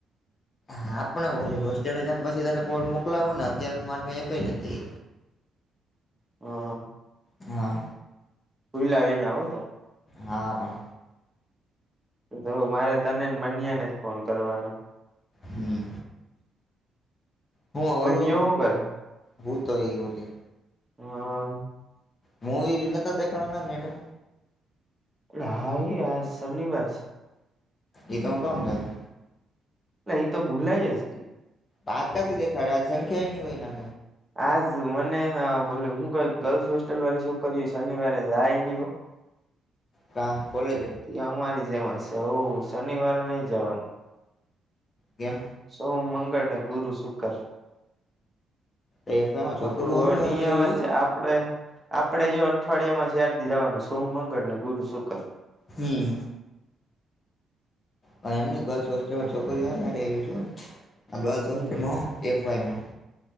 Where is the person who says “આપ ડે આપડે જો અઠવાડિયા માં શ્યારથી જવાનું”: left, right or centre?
Right